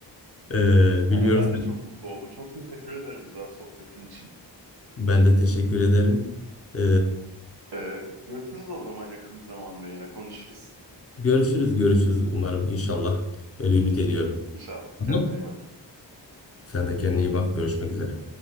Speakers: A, on the left; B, on the right.
A: Ee,
B: <laughs>
A: bilmiyorum
B: Ben de
A: sen.
B: çok mutlu oldum. Çok teşekkür ederim güzel sohbetin için.
A: Ben de teşekkür ederim. Ee,
B: Ee, görüşürüz o zaman yakın bir zamanda yine konuşuruz.
A: görüşürüz görüşürüz umarım inşallah. Öyle ümit ediyorum.
B: İnşallah.
A: Tamam.
B: Kendine iyi bak.
A: Sen de kendine iyi bak. Görüşmek üzere.